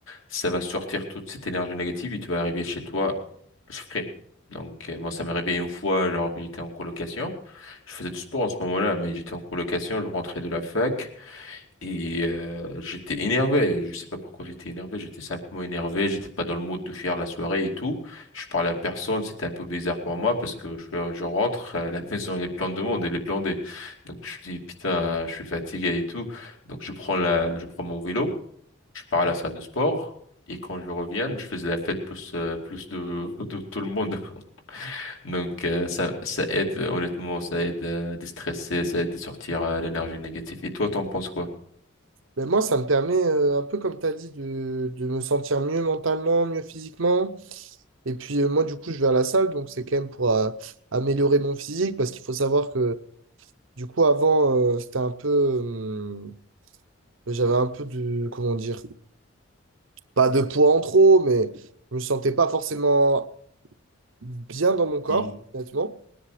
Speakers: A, on the left (about 75°); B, on the right (about 70°).
A: ça va sortir toute cette énergie négative et tu vas arriver chez toi plus frais. Donc, euh, moi, ça m'est arrivé une fois, alors que j'étais en colocation. Je faisais du sport en ce moment-là, mais j'étais en colocation, je rentrais de la fac. Et euh, j'étais énervé, je sais pas pourquoi j'étais énervé, j'étais simplement énervé, j'étais pas dans le mood de faire la soirée et tout. Je parlais à personne, c'était un peu bizarre pour moi parce que je, je rentre, euh, la <laughs> maison elle est pleine de monde, elle est blindée. Donc je dis putain, je suis fatigué et tout. Donc je prends la, je prends mon vélo, je pars à
B: Ok.
A: la salle de sport et quand je reviens, je faisais la fête plus euh, plus de <laughs> de tout le monde. <laughs> Donc euh, ça ça aide honnêtement, ça aide à déstresser, ça aide à sortir euh, l'énergie négative. Et toi, t'en penses quoi?
B: Ben moi, ça me permet, euh, un peu comme tu as dit, de, de me sentir mieux mentalement, mieux physiquement. Et puis euh, moi, du coup, je vais à la salle, donc c'est quand même pour euh, améliorer mon physique, parce qu'il faut savoir que, du coup, avant, euh, c'était un peu... euh, j'avais un peu de... Comment dire? Pas de poids en trop, mais je me sentais pas forcément bien dans mon corps,
A: Mhm.
B: honnêtement.